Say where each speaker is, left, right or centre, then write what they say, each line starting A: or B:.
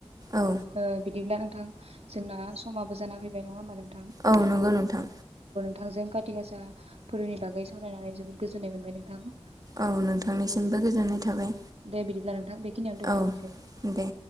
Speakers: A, on the right; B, on the right.
A: औ
B: ओ बिदिब्ला आं थां जोंना समाबो जाना फैबाय नङा होनबा नो
A: औ नंगौ नोंथां
B: थांजों खाथि गासाफोरनि बागै सावरायनानै जोबोद गोजोननाय मोनबाय नोंथां।
A: औ नोंथांनिसिमबो गोजोननाय थाबाय।
B: दे बिदिब्ला नोंथां बेखिनियाव दोनथ'नोसै
A: औ दे